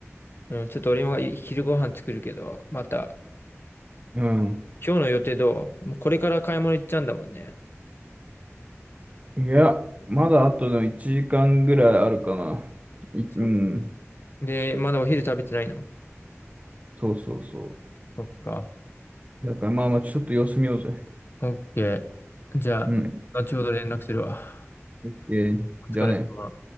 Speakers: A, on the left; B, on the right.
A: うん、ちょっと俺も昼ご飯作るけど、また、
B: うん。
A: 今日の予定どうもうこれから買い物行っちゃうんだもんね。
B: いや、まだあとの1時間ぐらいあるかな。い、
A: そ
B: うん。
A: うで、まだお昼食べてないの。
B: そうそうそ
A: そっか。
B: う。だからまあまあ、ちょっと様子見ようぜ。
A: オッケー。じゃあ、
B: うん。
A: 後ほど連絡するわ。
B: オッケー。
A: お疲れ様。
B: じゃあね。